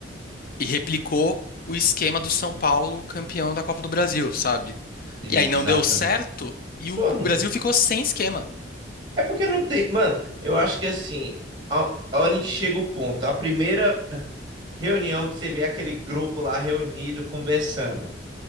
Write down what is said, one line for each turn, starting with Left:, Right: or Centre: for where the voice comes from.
Left: e replicou o esquema do São Paulo campeão da Copa do Brasil, sabe?
Right: exatamente.
Left: E aí não deu certo e o
Right: Pô, não-
Left: Brasil ficou sem esquema.
Right: é porque não tem. Mano, eu acho que assim, a, a hora onde chega o ponto. A primeira reunião que você vê aquele grupo lá reunido conversando.